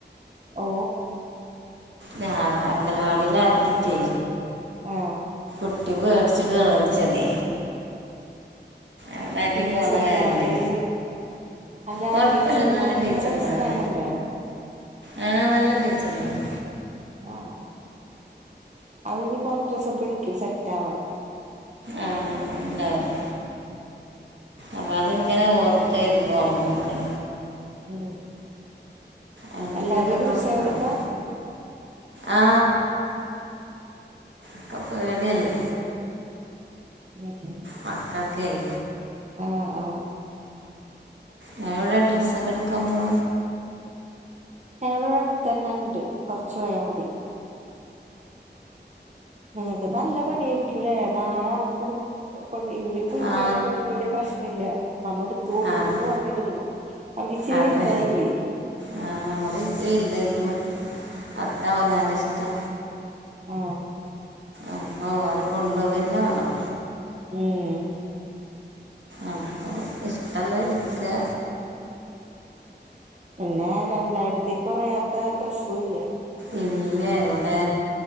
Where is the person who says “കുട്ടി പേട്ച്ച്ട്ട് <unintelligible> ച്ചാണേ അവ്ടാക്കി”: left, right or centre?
Right